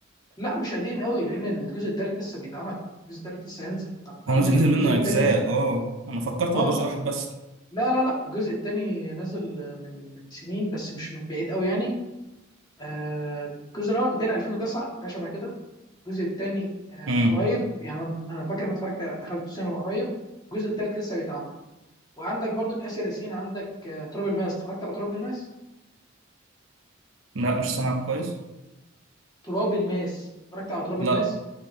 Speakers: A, on the left; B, on the right.
A: لا مش قديم قوي لان الجزء الثالث لسه بيتعمل الجزء الثالث لسه هينزل فانت عندك
B: هو مش نزل
A: الجزء
B: منه
A: الثاني
B: أجزاء اه أنا فكرت
A: اه
B: هو جزء واحد بس
A: لا لا لا الجزء الثاني نزل من من سنين بس مش من بعيد قوي يعني آه الجزء الاول بتاعي 2009 حاجه شبه كده الجزء الثاني آه
B: مم.
A: قريب يعني انا أنا فاكر ان اتفرجت دخلت السينما قريب الجزء الثالث لسه بيتعمل وعندك برضك اسر ياسين عندك آه تراب الماس اتفرجت على تراب الماس
B: لا مش سامع كويس
A: تراب الماس اتفرجت على تراب
B: لا
A: الماس